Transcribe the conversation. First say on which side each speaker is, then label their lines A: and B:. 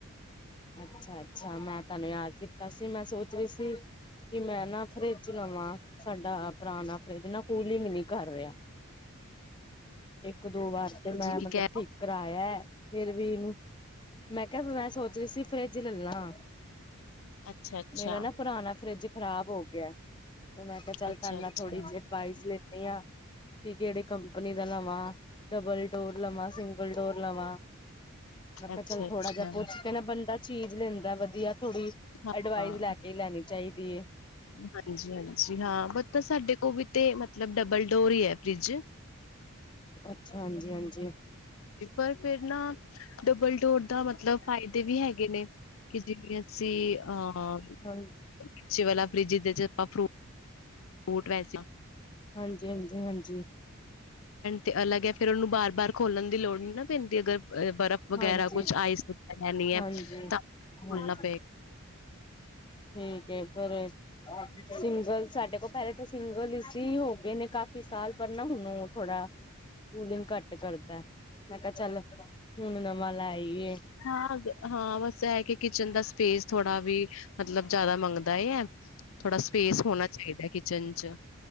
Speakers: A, on the left; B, on the left.
A: ਅੱਛਾ -ਅੱਛਾ ਮੈਂ ਤੁਹਾਨੂੰ ਯਾਦ ਕੀਤਾ ਸੀ ਮੈਂ ਸੋਚ ਰਹੀ ਸੀ। ਕਿ ਮੈਂ ਨਾ ਫਰਿੱਜ ਨਵਾਂ ਸਾਡਾ ਪੁਰਾਣਾ ਫਰਿਜ਼ ਨਾ ਕੂਲਿੰਗ ਨਹੀਂ ਕਰ ਰਿਹਾ ਇੱਕ ਦੋ ਵਾਰ ਤੇ
B: ਹਾਂਜੀ
A: ਮੈਂ
B: ਕੀ
A: ਮਤਲੱਬ
B: ਕਹਿ
A: ਠੀਕ ਕਰਾਇਆ ਫਿਰ ਵੀ ਇਹਨੂੰ ਮੈਂ ਕਿਹਾ ਮੈਂ ਸੋਚ ਰਹੀ ਸੀ ਫਰਿੱਜ ਲੱਲਾਂ
B: ਅੱਛਾ-ਅੱਛਾ,
A: ਮੇਰਾ ਨਾ ਪੁਰਾਣਾ ਫਰਿੱਜ ਖ਼ਰਾਬ ਹੋ ਗਿਆ। ਮੈਂ ਤਾਂ ਚੱਲ
B: ਅੱਛਾ-ਅੱਛਾ,
A: ਤੁਹਾਡੇ ਨਾਲ ਥੋੜ੍ਹੀ ਜਿਹੀ ਅਡਵਾਈਸ ਲੈਂਣੀ ਆਂ ਕਿ ਕਿਹੜੀ ਕੰਪਨੀ ਦਾ ਲਵਾਂ। ਡਬਲ ਡੋਰ ਲਵਾਂ ਸਿੰਗਲ ਡੋਰ ਲਵਾਂ ਮੈਂ ਕਿਹਾ
B: ਅੱਛਾ-ਅੱਛਾ
A: ਚਲ ਥੋੜਾ ਜਿਹਾ ਪੁੱਛ ਕਿ ਬੰਦਾ ਚੀਜ਼ ਲੈਂਦਾ ਵਧੀਆ ਥੋੜੀ,
B: ਹਾਂ।
A: ਅਡਵਾਈਸ ਲੈ ਕੇ ਹੀ ਲੈਣੀ ਚਾਹੀਦੀ ਏ।
B: ਹਾਂਜੀ-ਹਾਂਜੀ। ਹਾਂ, ਪਤਾ ਸਾਡੇ ਕੋਲ ਵੀ ਤੇ ਮਤਲੱਬ ਡਬਲ ਡੋਰ ਹੀ ਐ ਫਰਿਜ
A: ਅੱਛਾ, ਹਾਂਜੀ-ਹਾਂਜੀ।
B: ਪਰ ਫਿਰ ਨਾ ਡਬਲ ਡੋਰ ਦਾ ਮਤਲੱਬ ਫਾਇਦੇ ਵੀ ਹੈਗੇ ਨੇ। ਕਿ ਜਿਵੇਂ ਅਸੀਂ ਅਹ
A: ਹਾਂ
B: ਨੀਚੇ ਵਾਲਾ ਫਰਿਜ ਦੇ ਆਪਾਂ ਫਰੂਟ <unintelligible>
A: ਹਾਂਜੀ ਹਾਂਜੀ ਹਾਂਜੀ
B: ਤੇ ਅਲੱਗ ਐ ਫ਼ਿਰ ਉਹਨੂੰ ਬਾਰ-ਬਾਰ ਖੋਲਣ ਦੀ ਲੋੜ ਨੀ ਨਾ ਪੈਂਦੀ ਅਗਰ ਬਰਫ਼ ਵਗੈਰਾ
A: ਹਾਂਜੀ
B: ਕੁੱਛ ਆਈਸ ਲੇਨੀ ਐ
A: ਹਾਂਜੀ
B: ਤਾਂ ਖੁੱਲਣਾ
A: ਹਾਂਜੀ
B: ਪਏਗਾ।
A: ਠੀਕ ਐ ਪਰ ਏ ਸਿੰਗਲ, ਸਾਡੇ ਕੋਲ ਪਹਿਲੇ ਤਾਂ ਸਿੰਗਲ ਇ ਹੀ ਹੋ ਗਏ ਨੇ ਕਾਫੀ ਸਾਲ ਪਰ ਨਾ ਹੁਣ ਥੋੜਾ ਕੂਲਿੰਗ ਘੱਟ ਕਰਦਾ। ਮੈਂ ਕਿਹਾ ਚੱਲ ਹੁਣ ਨਵਾਂ ਲੈ ਆਈਏ।
B: ਹਾਂ-ਹਾਂ, ਬਸ ਇਹ ਕਿ ਕਿਚੱਨ ਦਾ ਸਪੇਸ ਥੋੜਾ ਵੀ ਮਤਲੱਬ ਜ਼ਿਆਦਾ ਮੰਗਦਾ ਐ, ਥੋੜਾ ਸਪੇਸ ਹੋਣਾ ਚਾਹੀਦਾ ਕਿਚਨ ਚ